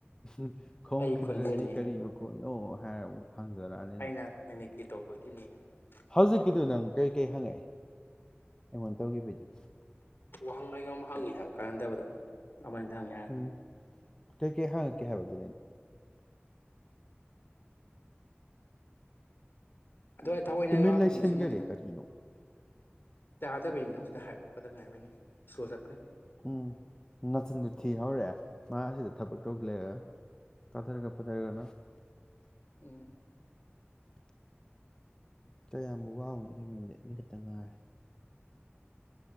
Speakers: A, on the left; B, on the left.
A: ꯎꯝ ꯈꯣꯡꯈꯤꯗ꯭ꯔꯗꯤ
B: ꯑꯩ ꯈꯣꯟꯖꯦꯜꯅꯤ
A: ꯀꯔꯤ
B: ꯍꯥꯏꯔ ꯂꯣꯏꯔꯦ
A: ꯃꯈꯣꯟꯅꯣ ꯍꯥꯏ ꯍꯪꯖꯔꯛꯑꯅꯤꯃꯛ
B: ꯑꯩꯅ ꯃꯤꯃꯤꯀ꯭ꯔꯤ ꯇꯧꯕꯒꯤꯅꯤ ꯍꯥꯏꯔ ꯂꯣꯏꯔꯦ
A: ꯍꯧꯖꯤꯛꯀꯤꯗꯨ ꯅꯪ ꯀꯩꯀꯩ ꯍꯪꯉꯛꯑꯦ ꯑꯩꯉꯣꯟꯗ ꯇꯧꯈꯤꯕꯩꯗꯨ
B: ꯋꯥꯍꯪꯒ ꯌꯣꯝ ꯍꯪꯉꯤ ꯍꯥꯏꯕ ꯀꯥꯟꯅꯗꯕꯗ ꯑꯃꯅꯤꯗ ꯍꯪ ꯌꯥꯔꯦ
A: ꯎꯝ ꯀꯩ ꯀꯩ ꯍꯪꯉꯛꯀꯦ ꯍꯥꯏꯕ <inaudible>
B: ꯑꯗꯨ ꯊꯑꯣꯏꯅ
A: ꯇꯨꯃꯤꯟ
B: ꯀ
A: ꯂꯩꯁꯟꯈꯔꯦ
B: ꯅꯤꯡꯁꯤꯡꯉꯨꯗꯦꯗ
A: ꯀꯔꯤꯅꯣ
B: ꯇꯥꯗꯕꯩꯅꯤꯅ ꯍꯧꯖꯤꯛꯇ ꯍꯥꯏꯔꯛꯄꯗ ꯉꯥꯏꯔꯤꯕꯩꯅꯤ ꯁꯂ꯭ꯣ ꯆꯠꯄꯩ
A: ꯎꯝ ꯅꯥꯆꯤꯟꯗꯨ ꯊꯤ ꯍꯧꯔꯛꯑꯦ ꯃꯥ ꯑꯁꯤꯗ ꯊꯕꯛ ꯇꯧ ꯂꯩꯔꯒ ꯀꯥꯗꯔꯒ ꯐꯗꯔꯒꯅ
B: ꯎꯝ
A: ꯀꯌꯥꯝ ꯋꯥꯎꯅꯦꯒꯦ ꯃꯤꯅꯤꯠ ꯑꯅꯤꯈꯛꯇ ꯉꯥꯏꯔꯦ